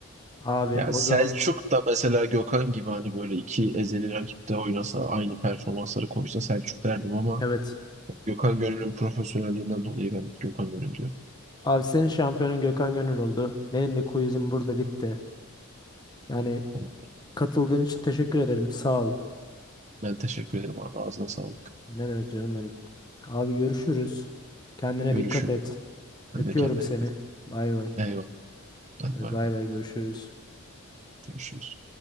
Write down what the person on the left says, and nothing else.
Abi
o
zaman
evet.
Abi senin şampiyonun Gökhan Gönül oldu. Benim de quizim burada bitti. Yani
Katıldığın için teşekkür ederim. Sağ ol.
Ne demek canım benim. Abi görüşürüz. Kendine
dikkat et.
Öpüyorum
seni.
Bay bay.
Hadi
bay bay görüşürüz.